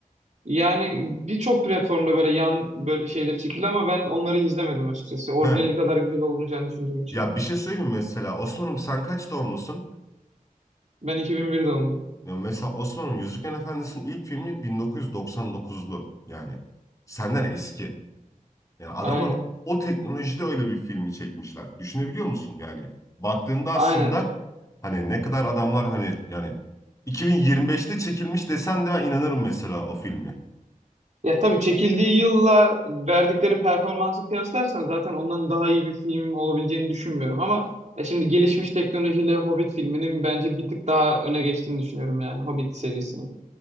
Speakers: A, on the right; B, on the left.
A: Yani birçok platformda böyle yan böyle şeyleri çekildi ama ben onları izlemedim açıkçası. Orijinali
B: He.
A: kadar güzel olmayacağını düşündüğüm için.
B: Ya bir şey söyleyeyim mi mesela. Osman'ım sen kaç doğumlusun?
A: Ben 2001 doğumluyum.
B: Ya mesela Osman'ım Yüzüklerin Efendisi'nin ilk filmi 1999'lu yani. Senden eski. Yani adamlar
A: Aynen.
B: o teknolojide öyle bir filmi çekmişler. Düşünebiliyor musun yani? Baktığında aslında
A: Aynen.
B: hani ne kadar adamlar hani yani 2025'te çekilmiş desen de ben inanırım mesela o filme.
A: Ya tabii çekildiği yılla verdikleri performansı kıyaslarsan zaten ondan daha iyi bir film olabileceğini düşünmüyorum ama ya şimdi gelişmiş teknolojiyle Hobbit filminin bence bir tık daha öne geçtiğini düşünüyorum yani Hobbit serisini.